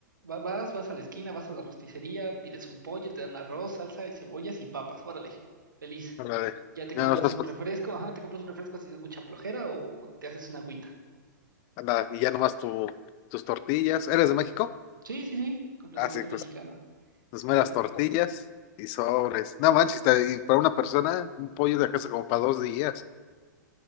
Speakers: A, on the right; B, on the left.
A: Va- Vas, vas a la esquina, vas a la rosticería, pides un pollo, te dan arroz, salsa y cebollas y papas. Órale, feliz.
B: Ándale.
A: Ya te
B: Ya
A: compras
B: no estás
A: un
B: pas-
A: refresco, ajá, te compras un refresco si es mucha flojera o te haces una agüita.
B: ándale, y ya nomás tu, tus tortillas. ¿Eres de México?
A: Sí, sí, sí, completamente
B: Ah, sí, pues
A: mexicano.
B: tus meras
A: Ya,
B: tortillas y sobres. No manches, te- y para una persona, un pollo de casa como para dos días.